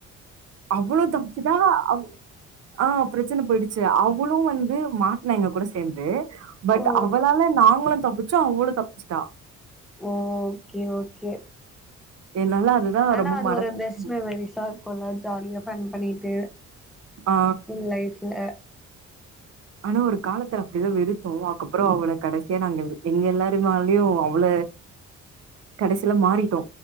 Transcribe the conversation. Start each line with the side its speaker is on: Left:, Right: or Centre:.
Right: அவளோ தப்சுட்ட அ ஆஹ் பிரச்சன போயிடுச்சு அவளும் வந்து மா <unintelligible> எங்க கூட சேர்ந்து பட்
Centre: ஓ
Right: அவளால நாங்களும் தப்பிச்சோ அவளும் தப் ஸ்டா
Centre: ஓகே ஓகே
Right: என்னால அதுதா
Centre: ஆனா
Right: ரொம்ப
Centre: அது
Right: மறக்க
Centre: ஒரு பெஸ்ட் மெமரிஸா இருக்கும்ள்ள ஜாலியா ஃபன் பண்ணிட்டு
Right: ஆ
Centre: ஸ்கூல் லைஃப்ல
Right: ஆனா ஒரு காலத்துல அப்பிடிதா வெறுத்தோ அதுக்கப்புறோ அவள கடைசியா நாங்க எங்க எல்லாருனாலயு அவள கடைசியில மாறிட்டோ